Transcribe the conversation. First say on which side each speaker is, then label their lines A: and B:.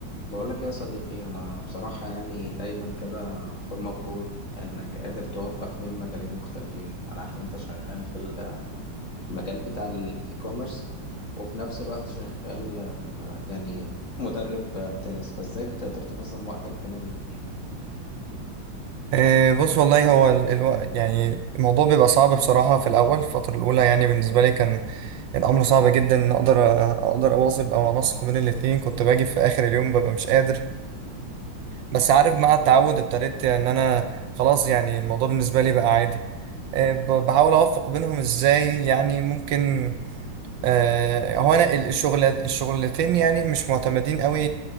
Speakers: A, on the left; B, on the right.
A: بقول لك يا صديقي انا بصراحة يعني دايما كده بكون مبهور انك قادر توفق بين مجالين مختلفين انا عارف إن انت شغال في ال- المجال بتاع الاي كوميرس وفي نفس الوقت شغال آه، يعني مدرب آه، تنس فازاي بتقدر تنظم وقتك بين الاتنين
B: إيه، بص والله هو ال... الو... يعني الموضوع بيبقى صعب بصراحة في الأول الفترة الأولى يعني بالنسبة لي كان الأمر صعب جدا إن أقدر أقدر أواظب أو أنسق بين الاتنين كنت باجي في آخر اليوم ببقى مش قادر بس عارف مع التعود ابتديت إن أنا خلاص يعني الموضوع بالنسبة لي بقى عادي إيه، ب... بحاول أوفق بينهم إزاي يعني ممكن آه، هو انا ال- الشغل الشغلتين يعني مش معتمدين قوي